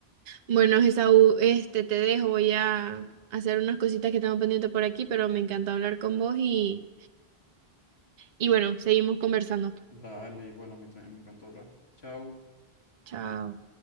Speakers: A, on the right (about 45°); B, on the left (about 80°).
A: Bueno, Esaú, este, te dejo, voy a hacer unas cositas que tengo pendiente por aquí, pero me encanta hablar con vos y, y bueno, seguimos conversando.
B: Dale, igual a mí también me encantó hablar. Chao.
A: Chao.